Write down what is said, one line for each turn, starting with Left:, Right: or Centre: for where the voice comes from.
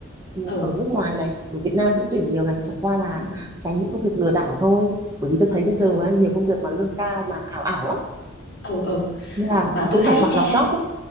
Right: Ừ,
Left: ừ
Right: ở nước ngoài này ở Việt Nam cũng tuyển nhiều này chẳng qua là
Left: ừ
Right: tránh những công việc lừa đảo thôi bởi vì tôi thấy bây giờ á, nhiều công việc mà lương cao mà ảo ảo lắm
Left: ừ ừ.
Right: nên là
Left: mà tôi
Right: cũng
Left: thấy
Right: phải chọn
Left: nha
Right: lọc job ấy